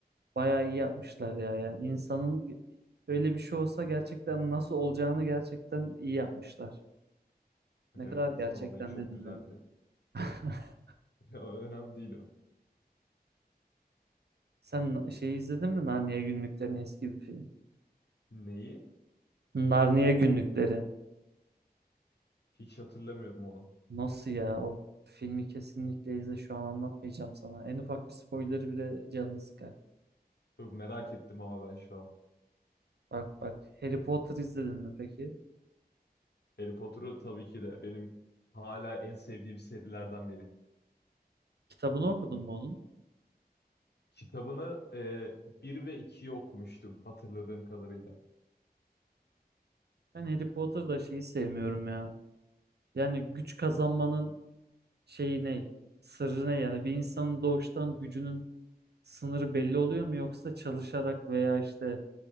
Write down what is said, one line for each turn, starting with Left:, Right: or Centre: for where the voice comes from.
Right: bayağı iyi yapmışlar ya. Yani insanın öyle bir şey olsa gerçekten nasıl olacağını gerçekten iyi yapmışlar. Ne
Left: Evet
Right: kadar gerçekten
Left: vallahi çok
Right: dedim
Left: güzeldi.
Right: yani. <laughs>
Left: <laughs> Ya, Önemli değil o.
Right: Sen na- şeyi izledin mi? Narnia Günlüklerini eski bir film.
Left: Neyi?
Right: Narnia Günlükleri.
Left: Hiç hatırlamıyorum onu.
Right: Nasıl ya? O filmi kesinlikle izle. Şu an anlatmayacağım sana. En ufak bir spoiler'ı bile canını sıkar.
Left: Çok merak ettim ama ben şu an.
Right: Bak bak. Harry Potter izledin mi peki?
Left: Harry Potter'ı tabii ki de benim hala en sevdiğim serilerden biri.
Right: Kitabını okudun mu onun?
Left: Kitabını e, 1 ve 2'yi okumuştum hatırladığım kadarıyla.
Right: Ben Harry Potter'da şeyi sevmiyorum ya. Yani güç kazanmanın şeyi ne? Sırrı ne yani? Bir insanın doğuştan gücünün sınırı belli oluyor mu? Yoksa çalışarak veya işte